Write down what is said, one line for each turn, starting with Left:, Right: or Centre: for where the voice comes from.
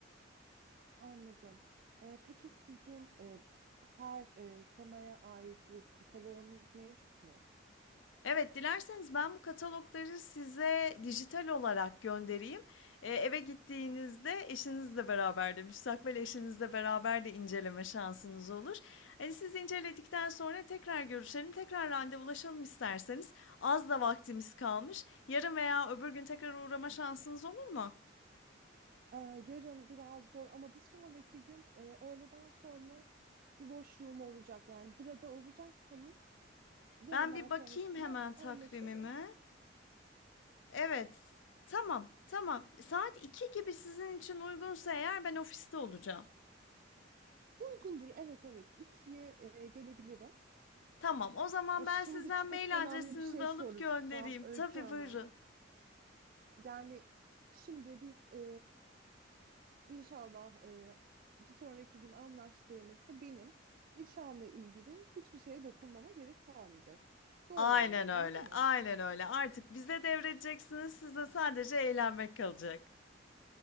Right: Anladım. Ee, peki sizin e, her e, temaya ait bir kataloğunuz mevcut mu?
Left: Evet, dilerseniz ben bu katalogları size dijital olarak göndereyim. Eee, eve gittiğinizde eşinizle beraber de, müstakbel eşinizle beraber de inceleme şansınız olur. Hani, siz inceledikten sonra tekrar görüşelim, tekrar randevulaşalım isterseniz. Az da vaktimiz kalmış. Yarın veya öbür gün tekrar uğrama şansınız olur mu?
Right: Ee, yarın biraz zor ama bir sonraki gün e, öğleden sonra bir boşluğum olacak. Yani burada olacaksanız yarından
Left: Ben bir
Right: sonraki
Left: bakayım
Right: güne
Left: hemen takvimime.
Right: anlaşalım.
Left: Evet, tamam, tamam. Saat iki gibi sizin için uygunsa eğer ben ofiste olacağım.
Right: Uygundur. Evet evet. İkiye e, gelebilirim.
Left: Tamam, o zaman
Right: Ya
Left: ben
Right: şimdi
Left: sizden
Right: çok
Left: mail
Right: önemli
Left: adresinizi
Right: bir şey
Left: alıp
Right: soracağım
Left: göndereyim.
Right: Öykü
Left: Tabii,
Right: Hanım.
Left: buyurun.
Right: Yani şimdi biz e, inşallah e, bir sonraki gün anlaştığımızda benim nişanla ilgili hiçbir şeye dokunmama gerek kalmayacak. Doğru
Left: Aynen
Right: anlıyorum,
Left: öyle,
Right: değil mi?
Left: aynen öyle. Artık bize devredeceksiniz, size sadece eğlenmek kalacak.